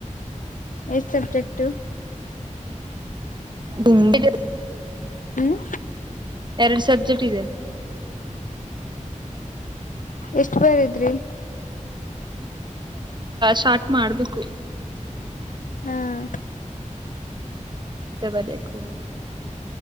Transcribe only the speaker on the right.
ಹಿಂದಿ ಬರೀಬೇಕು
ಎರಡು ಸಬ್ಜೆಕ್ಟ್ ಇದೆ
ಸ್ಟಾರ್ಟ್ ಮಾಡಬೇಕು
ಬರೆಕೋಬೇಕು